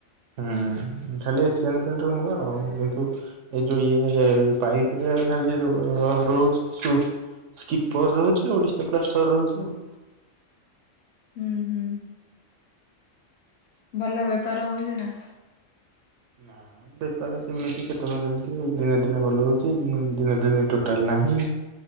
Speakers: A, on the right; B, on the left.
A: ହୁଁ ଖାଲି ଏସିଆନ୍ ପ୍ରିଣ୍ଟି ରଙ୍ଗ ଆଉ <unintelligible> ଏ ଯୋଉ ଇଏ ପାଇପ୍ ରେ ଖାଲି ରହୁଚି ସ୍କିପର ରହୁଚି ଆଉ ଓଡିଶା <unintelligible> ରହୁଚି ଆଉ।
B: ହୁଁ। ହୁଁ ଭଲ ବେପାର ହଉଚି ନା।
A: ନା। ବେପାର ସେମିତି କେତବେଳେ କେମିତି ଦିନେ-ଦିନେ ଭଲ ହଉଚି ଦିନେ-ଦିନେ ଟୋଟାଲ୍ ନାହିଁ